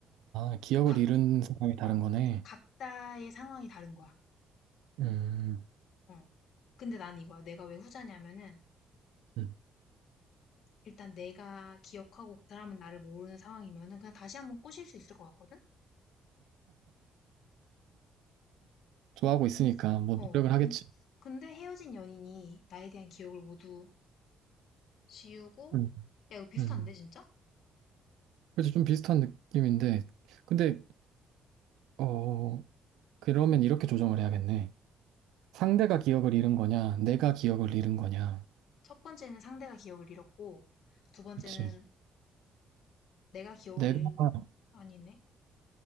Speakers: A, on the right; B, on the left.
A: 아, 기억을
B: 각,
A: 잃은 사람이 다른
B: 어,
A: 거네.
B: 각자의 상황이 다른 거야.
A: 음,
B: 어. 근데 난 이거야. 내가 왜 후자냐면은
A: 음.
B: 일단 내가 기억하고 그 사람은 나를 모르는 상황이면은 그냥 다시 한번 꼬실 수 있을 것 같거든.
A: 좋아하고 있으니까
B: 근,
A: 뭐
B: 어,
A: 노력을 하겠지.
B: 근, 근데 헤어진 연인이 나에 대한 기억을 모두 지우고
A: 음,
B: 야 이거 비슷한데
A: 음.
B: 진짜?
A: 그래서 좀 비슷한 느낌인데, 근데, 어, 그러면 이렇게 조정을 해야겠네. 상대가 기억을 잃은 거냐, 내가 기억을 잃은 거냐.
B: 첫 번째는 상대가 기억을 잃었고, 두 번째는
A: 그치.
B: 내가 기억을
A: 내가,
B: 잃은, 아니네.